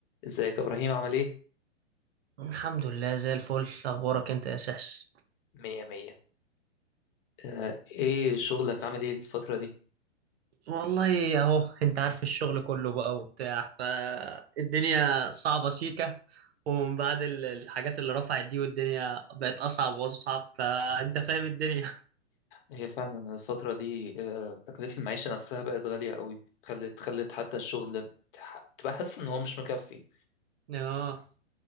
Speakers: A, on the left; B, on the right.
A: ازيك يا ابراهيم عامل ايه
B: الحمد لله زي الفل اخبارك انت يا سحس
A: مية مية آه، ايه شغلك عامل ايه الفترة دي
B: والله اهو انت عارف الشغل كله بقى وبتاع فالدنيا صعبة سيكة ومن بعد ال- الحاجات اللي رفعت دي والدنيا بقت اصعب واصعب فانت فاهم الدنيا
A: هي فعلا الفترة دي آه، تكلفة المعيشة نفسها بقت غالية قوي خلت خلت حتى الشغل تح- تبقى حاسس ان هو مش مكفي
B: <laughs> اه